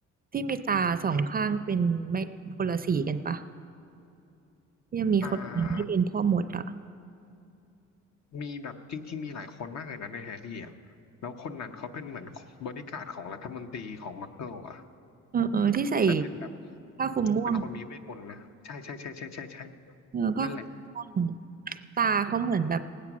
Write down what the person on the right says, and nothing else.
ที่มีตาสองข้างเป็นไม่คนละสีกันปะที่ยังมีคนหนึ่งที่เป็นพ่อมดอ่ะ
เออเออที่ใส่
ผ้าคลุมม่วง
เออผ้าคลุมม่วง
ตาเขาเหมือนแบบ